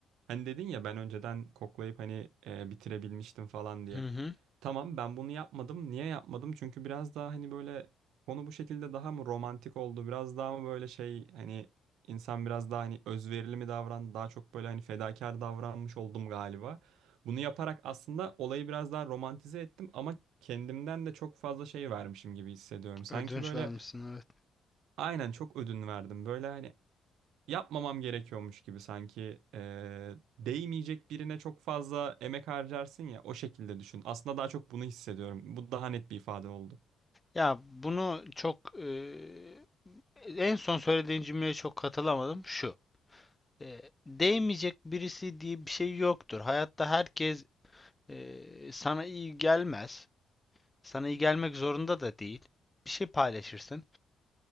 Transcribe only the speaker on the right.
Hani dedin ya ben önceden koklayıp hani e, bitirebilmiştim falan diye.
Tamam ben bunu yapmadım. Niye yapmadım? Çünkü biraz daha hani böyle konu bu şekilde daha mı romantik oldu? Biraz daha mı böyle şey hani insan biraz daha hani özverili mi davrandı? Daha çok böyle hani fedakar davranmış oldum galiba. Bunu yaparak aslında olayı biraz daha romantize ettim ama kendimden de çok fazla şey vermişim gibi hissediyorum. Sanki
böyle
aynen çok ödün verdim. Böyle hani yapmamam gerekiyormuş gibi sanki eee, değmeyecek birine çok fazla emek harcarsın ya o şekilde düşün. Aslında daha çok bunu hissediyorum. Bu daha net bir ifade oldu.